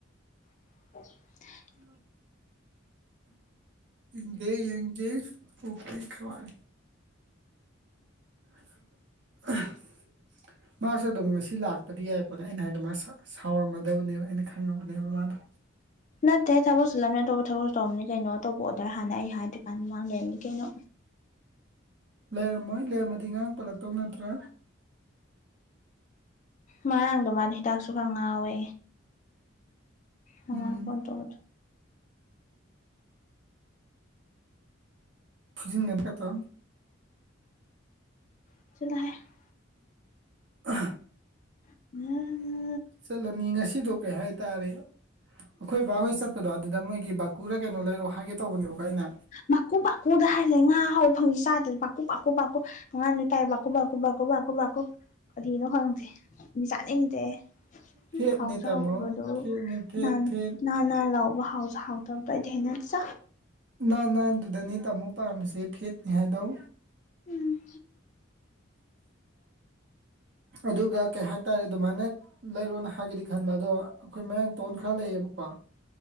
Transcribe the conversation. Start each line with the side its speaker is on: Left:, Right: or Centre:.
Left: <inaudible>
Right: <unintelligible> ꯌꯦꯡꯗ‌ꯦ ꯌꯦꯡꯗ‌ꯦ ‌‌ꯑꯣꯀꯦ ꯈ꯭ꯋꯥꯏ <unintelligible> ꯃꯥꯁꯨ ꯑꯗꯨꯝ ꯉꯁꯤ ꯂꯥꯛꯄꯗꯤ ꯌꯥꯏꯄ‌ꯣꯠꯅꯦ ꯑꯩꯅ ꯍꯥꯏꯗꯣ ꯃꯥ ꯁꯥꯎꯔꯝꯃꯗꯕꯅꯦꯕ ꯑꯩꯅ ꯈꯪꯉꯕꯅꯦꯕ ꯃꯥꯗꯣ
Left: ꯅꯠꯇꯦ ꯊꯕꯛ ꯆꯤꯜꯂꯝꯅꯤ ꯑꯇꯣꯞꯄ ꯊꯕꯛꯁꯨ ꯇꯧꯔꯝꯅꯤ ꯀꯩꯅꯣ ꯑꯇꯣꯞꯄ ꯑꯣꯔꯗꯔ ꯍꯥꯟꯅ ꯑꯩ ꯍꯥꯏꯗ꯭ꯔꯤꯀꯥꯟꯗ ꯃꯃꯥꯡ ꯂꯩꯔꯝꯅꯤ ꯀꯩꯅꯣ
Right: ꯂꯩꯔꯝꯃꯣꯏ ꯂꯩꯔꯝꯃꯗꯤ ꯉꯔꯥꯡ ꯄꯜꯂꯛꯇꯧ ꯅꯠꯇ꯭ꯔꯥ
Left: ꯃꯔꯥꯡꯗꯣ ꯃꯥꯗꯤ ꯍꯤꯗꯥꯛꯁꯨ ꯈꯔ ꯉꯥꯎꯋꯦ ꯃꯃꯥ
Right: ꯎꯝ
Left: ꯐꯣꯟ ꯇꯧꯕꯗꯨ
Right: ꯐꯨꯖꯤꯟꯒꯟꯀꯗꯣ
Left: <unintelligible>
Right: ꯑ
Left: <unintelligible>
Right: ꯆꯠꯂꯅꯤ ꯉꯁꯤꯗꯣ ꯀꯩ ꯍꯥꯏꯇꯥꯔꯦ ꯑꯈꯣꯏ ꯕꯥꯍꯣꯏ ꯆꯠ ꯗꯣ ꯑꯗꯨꯗ ꯃꯣꯏꯒꯤ ꯕꯥꯀꯨꯔ ꯀꯩꯅꯣ ꯂꯩꯔꯛꯑꯣ ꯍꯥꯏꯒꯦ ꯇꯧꯕꯅꯦꯕꯀꯣ ꯑꯩꯅ
Left: ꯃꯥꯀꯨ ꯕꯥꯀꯨꯗ ꯍꯥꯏ ꯂꯩ ꯉꯥ ꯑꯍꯥꯎꯕ ꯐꯪꯏ ꯆꯥꯗ꯭ꯔꯅ ꯕꯥꯀꯨ ꯕꯥꯀꯨ ꯀꯨꯕꯥꯀꯨ ꯅ‌ꯣꯡꯉꯥꯟ ꯅꯨꯃꯤꯠ ꯇꯥꯏꯐꯥꯎ ꯀꯨꯕꯥꯛ ꯀꯨꯕꯥꯛ ꯀꯨꯕꯥꯛ ꯀꯨꯕꯥꯛ ꯀꯨꯕꯥꯛꯀꯨ ꯀꯔꯤꯅꯣ ꯈꯪꯗꯦ ꯃꯤ ꯆꯥꯅꯤꯡꯗꯦ ꯍꯨꯝ
Right: ꯐꯦꯠꯅꯦ
Left: ꯍꯥꯎꯁꯨ
Right: ꯇꯥꯃꯣ
Left: ꯍꯥꯎꯇꯕꯗꯨꯕꯨ
Right: ꯐꯦꯠꯅꯦ ꯐꯦꯠ
Left: ꯅꯥꯟ
Right: ꯐꯦꯠ
Left: ꯅꯥꯟ ꯅꯥꯟ ꯂꯥꯎꯕ ꯍꯥꯎꯖꯨ ꯍꯥꯎꯇꯗꯕ‌ꯣ ꯑꯩꯗꯤ ꯍꯩꯅꯗ‌ꯦꯆꯥ
Right: ꯅꯥꯟ ꯅꯥꯟ ꯗꯨꯗꯅꯤ ꯇꯥꯃꯣ ꯄꯥꯝꯃꯤꯁꯦ ꯐꯦꯠꯅꯤ ꯍꯥꯏꯗꯧ
Left: ꯎꯝ
Right: ꯑꯗꯨꯒ ꯀꯩ ꯍꯥꯏꯇꯥꯔꯦ ꯑꯗꯨꯃꯥꯏꯅ ꯂꯩꯔꯣꯅ ꯍꯥꯏꯒꯗꯤ ꯈꯟꯕ ꯑꯗꯣ ꯑꯩꯈꯣꯏ ꯃꯌꯥꯡ ꯇꯣꯟ ꯈꯔ ꯂꯩꯌꯦꯕꯀꯣ